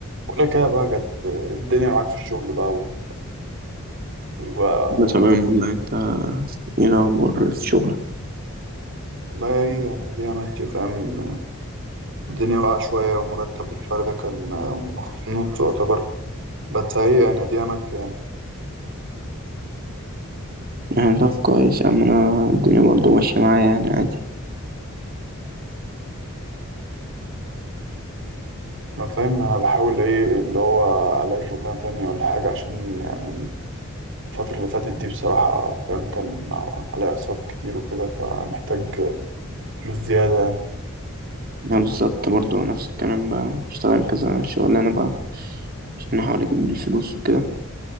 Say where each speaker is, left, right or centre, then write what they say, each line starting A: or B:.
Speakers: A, on the right (about 60°); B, on the right (about 45°).
A: ولك يا بقى جت الدنيا معاك في الشغل بقى و- وبقى
B: لا تمام والله انت ايه الاخبار في شغلك
A: والله هي يعني دي ماشية فاهم الدنيا واقعة شوية ومرتب الشهر ده كان مخصوم نص يعتبر بس هي يعني دي ماشية يعني
B: يعني ده كويس يا عم انا الدنيا برضه ماشيه معايا يعني عادي
A: ما فاهم أنا بحاول إيه اللي هو ألاقي شغلانة تانية ولا حاجة عشان يعني الفترة اللي فاتت دي بصراحة فاهم كان عليا أقساط كتير وكده فمحتاج فلوس زيادة يعني
B: انا بالظبط برضه نفس الكلام بقى اشتغل كذا شغلانه بقى عشان احاول اجيب الفلوس وكده